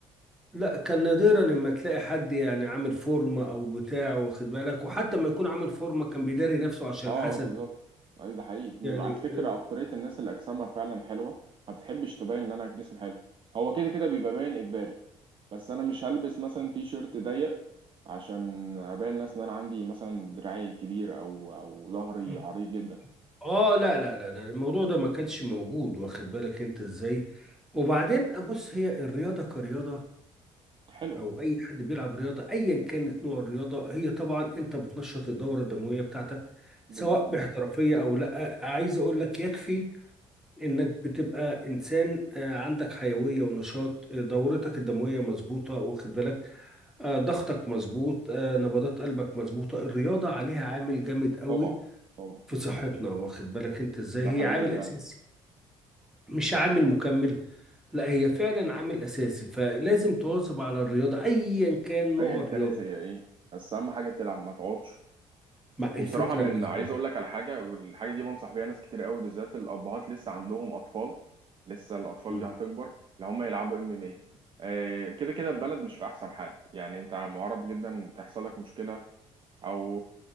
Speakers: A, in the centre; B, on the right.
A: لا كان نادرا اما تلاقي حد يعني عامل فورمه او بتاع واخد بالك وحتى ما يكون عامل فورمه كان بيداري نفسه عشان
B: اه
A: الحسد
B: اه بالظبط أيوة ده حقيقي
A: يعني
B: م- على فكرة أكترية الناس اللي أجسامها فعلا حلوة ما بتحبش تبين إن أنا الجسم حلو هو كده كده بيبقى باين إجباري بس أنا مش هلبس مثلا تي شيرت ضيق عشان أبين الناس إن أنا عندي مثلا دراعي كبير أو أو ظهري
A: اه
B: عريض جدا
A: آه، لا لا لا لا الموضوع ده ما كانش موجود واخد بالك انت ازاي وبعدين بص هي الرياضه كرياضه
B: حلوة
A: او اي حد بيلعب رياضه ايا كانت نوع الرياضه هي طبعا انت بتنشط الدوره الدمويه بتاعتك
B: بالظبط
A: سواء باحترافيه او لا عايز اقول لك يكفي انك بتبقى انسان آه، عندك حيويه ونشاط آه، دورتك الدمويه مظبوطه واخد بالك آه، ضغطك مظبوط آه، نبضات قلبك مظبوطه الرياضه عليها عامل جامد قوي
B: طبعا طبعا
A: في صحتنا واخد بالك انت ازاي
B: ده حقيقي
A: هي عامل
B: فعلا
A: اساسي مش عامل مكمل لا هي فعلا عامل اساسي فلازم تواظب على الرياضه ايا كان
B: ايا
A: نوع الرياضه
B: كانت هي ايه بس اهم حاجه تلعب ما تقعدش
A: مع
B: وبصراحه
A: الفكره
B: من
A: بالظبط
B: عايز اقول لك على حاجه والحاجه دي بنصح بيها ناس كتير قوي بالذات الابهات لسه عندهم اطفال لسه الاطفال
A: م.
B: دي هتكبر لو هم يلعبوا ام ام اي كده كده البلد مش في احسن حال يعني انت معرض جدا تحصل لك مشكله او